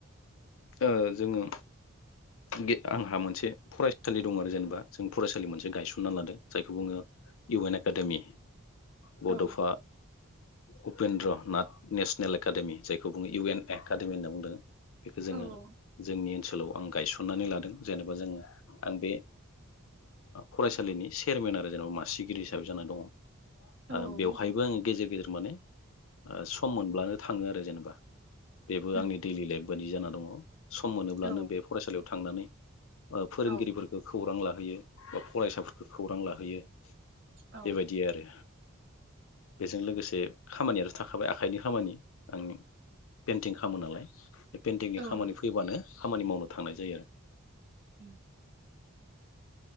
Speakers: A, on the left; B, on the right.
A: ओ जोंङो गे आंहा मोनसे फराय सालि दङ आरो जेनेबा जों फरायसालि मोनसे गायसनना लादों जायखौ बुङो इउ एन एकाडेमि बड'फा
B: औ
A: उपेन्द्र नाथ नेसनेल एकाडेमि जायखौ बुङो इउ एन एकाडेमि होनना बुंदों । बेखौ जोंङो
B: औ
A: जोंनि ओल आं गायसनो सननानै लादों जेनेबा जोङो आं बे फरायसालिनि चेयारमेन आरो जेनेबा मासिगिरि हिसाबै जानानै दङ
B: औ
A: बेवहायबो
B: मोजां
A: आं गेजेर गेजेर माने सम मोनब्लानो थाङो आरो जेनेबा। बेबो
B: उम
A: आंनि दैडलि लाइफ बै जाना दङ सम मोनोब्लानो
B: औ
A: बे फरायसालियाव थांनानै फोरोंगिरिफोरखौ
B: औ
A: खौरां लाहयो बा फरायसाफोरखौ खौरां लाहैयो।
B: औ
A: बेबायदि आरो। बेजों लोगोसे खामानियाथ' थाखाबाय आखाइनि खामानि आंनि पेइन्टिं खालामो नालाय। <inaudible> बे पेन्टिंनि
B: औ
A: खामानि
B: नंगौ
A: फैबानो खामानि मावनो थांनाय जायो आरो। ओ
B: उ